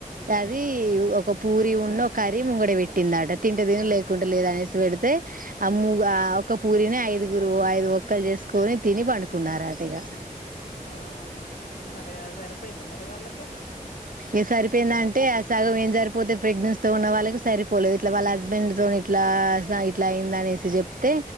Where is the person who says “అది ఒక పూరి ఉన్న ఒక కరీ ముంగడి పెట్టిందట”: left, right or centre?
Right